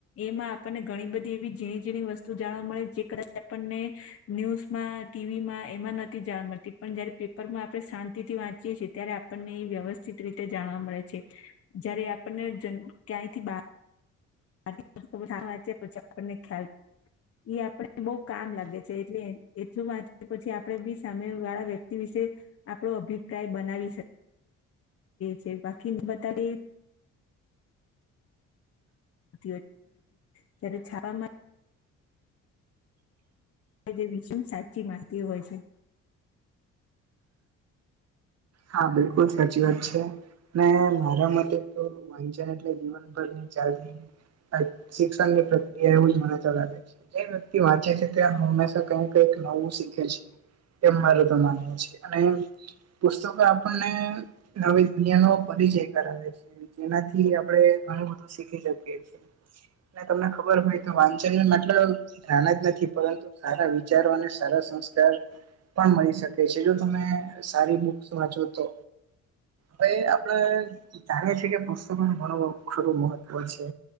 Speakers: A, on the left; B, on the right.
A: એમાં આપણને ઘણી બધી એવી ઝીણી ઝીણી વસ્તુ જાણવા મળે જે કદાચ આપણને ન્યુઝમાં ટીવી માં એમાં ન થી જાણવા મળતી પણ જયારે પેપરમાં આપણે શાંતિ થી વાંચીએ છીએ ત્યારે આપણને એ વ્યવસ્થિત રીતે જાણવા મળે છે. જયારે આપણને ક્યાંયથી બાર <unintelligible> પછી આપણને ખ્યાલ એ આપને બહુ કામ લાગે છે એટલે એટલું વાંચે પછી આપડે બી સામે વાળા વ્યક્તિ વિશે આપણો અભિપ્રાય બનાવી શકીએ છે બાકી બતા એ <unintelligible> ત્યારે છાપામા <unintelligible> સાચી મા હોય છે.
B: હા, બિલકુલ સાચી વાત છે. ને મારા મતે તો વાંચન એટલે જીવનભર ની ચાલતી શિક્ષણ ની પ્રક્રિયા એવું જ મનેતો લાગે છે. જે વ્યક્તિ વાંચે છે તે હંમેશા કઈક નવું શીખે છે. એમ મારે તો માનવું છે, અને પુસ્તકો આપણને નવી દુનિયા નો પરિચય કરાવે છે. જેનાથી આપણે ઘણું બધું શીખી શકીએ છીએ, તમને ખબર હોય તો વાંચન મતલબ નાના જ નથી પરંતુ સારા વિચારો અને સારા સંસ્કાર પણ મળી શકે છે, જો તમે સારી બુ વાંચો તો ભાઈ આપડે જાણીએ છીએ કે પુસ્તકો નુ ઘણું ખરું મહત્વ છે.